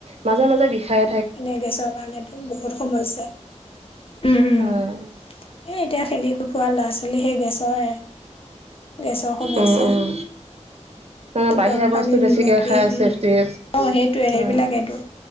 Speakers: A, on the right; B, on the left.
A: মাজে মাজে বিষায়।
B: এনে গেছৰ কাৰণে বহুত সমস্যা উম উম।
A: হয়
B: এ এতিয়া খেলি ফুৰা ল'ৰা ছোৱালী সেই গেছৰ। গেছৰ সমস্যা।
A: উম উম ন বাহিৰা
B: গৰম পানীত
A: বস্তু বেছিকে
B: নিমখ দি
A: খাই
B: উম
A: চেফটিজ
B: অ সেইটোয়ে
A: হয়
B: সেইবিলাকেই